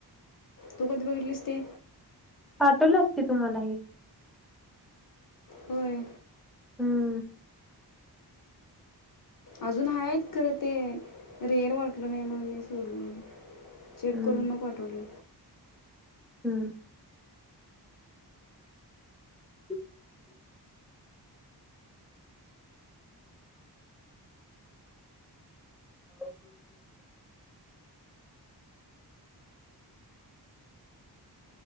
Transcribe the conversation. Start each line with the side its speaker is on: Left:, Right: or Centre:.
Left: तु कधी तू बघितलीस ते
Centre: पाठवल्यात की तु मला हे
Left: होय
Centre: हम्
Left: अजून आहेत खरं ते रेअर वाटलं नाहीत म्हणून मी सोडून दिल. चेक
Centre: हम्म
Left: करून मग पाठवले..
Centre: हम्म <inaudible> <inaudible>